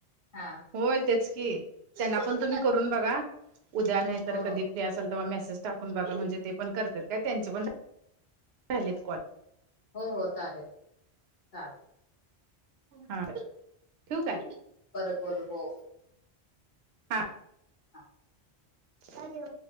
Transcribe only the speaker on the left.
हा
हो
हो
हो हो चालेलल चालेल
पररत बोलू हो
हा